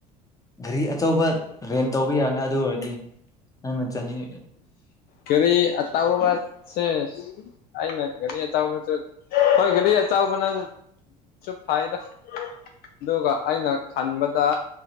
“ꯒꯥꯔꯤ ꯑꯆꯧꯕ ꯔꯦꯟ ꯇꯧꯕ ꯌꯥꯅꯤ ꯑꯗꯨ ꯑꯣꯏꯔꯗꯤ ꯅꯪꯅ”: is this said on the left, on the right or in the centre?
Left